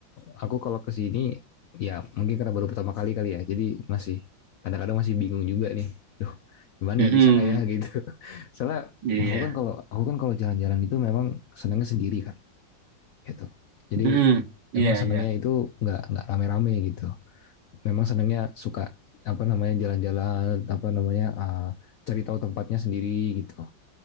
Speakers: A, on the left (about 75°); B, on the right (about 70°).
A: aku kalau kesini ya mungkin karena baru pertama kali kali ya. Jadi masih kadang-kadang masih bingung juga nih. Duh, gimana
B: Mm-mm.
A: ya bisa nggak ya gitu. <laughs> Soalnya
B: iya
A: aku kan kalau aku kan kalau jalan-jalan itu memang senangnya sendiri kan gitu. Jadi
B: Mm-mm.
A: memang
B: iya
A: senangnya
B: iya
A: itu nggak nggak rame-rame gitu. Memang senangnya suka apa namanya jalan-jalan apa namanya eh, cari tahu tempatnya sendiri gitu.